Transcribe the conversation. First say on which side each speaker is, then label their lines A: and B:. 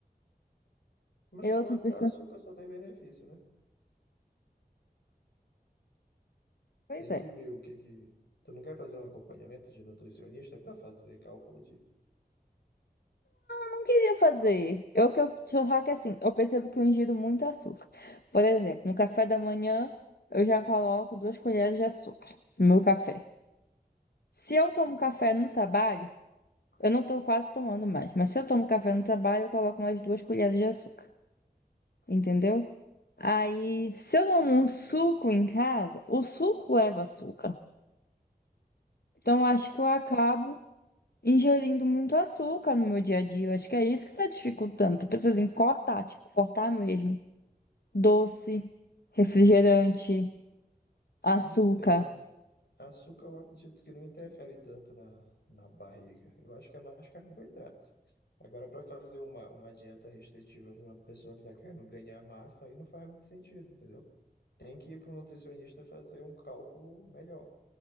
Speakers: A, on the left (about 90°); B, on the left (about 70°).
A: Mas
B: Eu
A: se cortar
B: tô pensando.
A: açúcar só tem benefício, né?
B: Pois
A: Tem
B: é.
A: que ver o que que. Tu não quer fazer um acompanhamento de nutricionista para fazer cálculo de.
B: não queria fazer. Eu que eu só que assim, eu percebo que eu ingiro muito açúcar. Por exemplo, no café da manhã, eu já coloco duas colheres de açúcar no meu café. Se eu tomo café no trabalho, eu não tô quase tomando mais, mas se eu tomo café no trabalho, eu coloco mais duas colheres de açúcar. Entendeu? Aí, se eu tomo um suco em casa, o suco leva açúcar. Então, eu acho que eu acabo ingerindo muito açúcar no meu dia a dia. Eu acho que é isso que tá dificultando. Tô pensando em cortar, tipo, cortar mesmo. doce, refrigerante, açúcar.
A: Não sei, é. Açúcar eu acredito que não interfere tanto na, na barriga. Eu acho que é mais carboidrato. Agora, para fazer uma, uma dieta restritiva para uma pessoa que está querendo ganhar massa, aí não faz muito sentido, entendeu? Tem que ir para um nutricionista fazer um cálculo melhor.